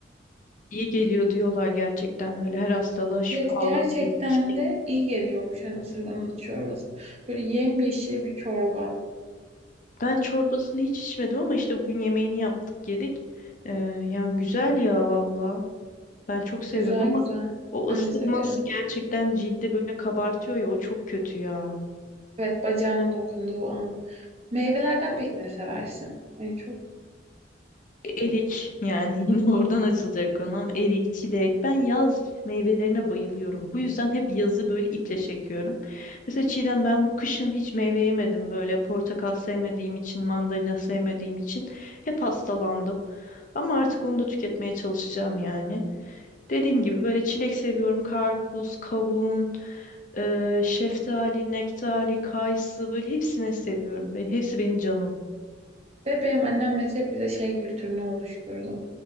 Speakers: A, on the left; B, on the right.
A: İyi geliyor diyorlar gerçekten böyle her hastalığa şifa
B: Evet
A: olan
B: gerçekten
A: bir bitki.
B: de iyi geliyormuş hani ısırgan ot çorbası. Böyle yemyeşil bir çorba.
A: Ben çorbasını hiç içmedim ama işte bugün yemeğini yaptık, yedik. Ee, yani güzel ya valla. Ben çok seviyorum
B: Güzel
A: ama
B: güzel.
A: o
B: Ben
A: ısırması
B: de severim.
A: gerçekten cildi böyle kabartıyor ya o çok kötü ya.
B: Evet bacağına dokunduğu an. Meyvelerden peki ne seversin? En çok.
A: Erik yani <laughs> yine oradan açılacak konum. Erik, çilek. Ben yaz meyvelerine bayılıyorum. Bu yüzden hep yazı böyle iple çekiyorum. Mesela Çiğdem ben bu kışın hiç meyve yemedim. Böyle portakal sevmediğim için, mandalina sevmediğim için hep hastalandım. Ama artık onu da tüketmeye çalışacağım yani. Dediğim gibi böyle çilek seviyorum. Karpuz, kavun, eee, şeftali, nektari, kayısı böyle hepsini seviyorum. Ben, hepsi benim canım.
B: Ve benim annem mesela hep bize şey kültürünü oluşturdu.